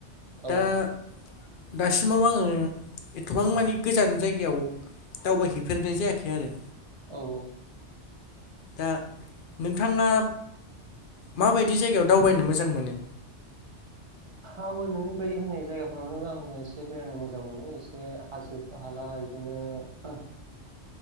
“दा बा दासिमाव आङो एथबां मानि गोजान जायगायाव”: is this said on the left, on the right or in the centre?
Left